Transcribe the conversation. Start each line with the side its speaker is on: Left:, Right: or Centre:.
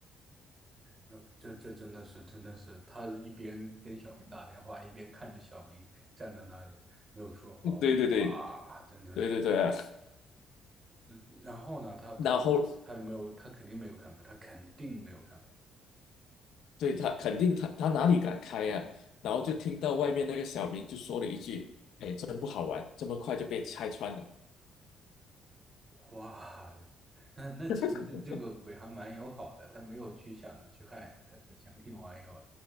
Right: 那这这真的是真的是，他一边跟小明打电话，一边看着小明站在那里没有说话，
Left: <laughs> 对对对对
Right: 哇，真的是。
Left: 对对对，
Right: 那然后呢，他他他没有，
Left: 然后
Right: 他肯定没有开门，他肯定没有开门。
Left: 对他肯定他他哪里敢开呀、然后就听到外面那个小明就说了一句：“真不好玩，这么快就被拆穿了。
Right: 哇，那那其实这这个鬼还蛮友好的，
Left: <laughs>”
Right: 他没有去想着去害你，他只想跟你玩一玩。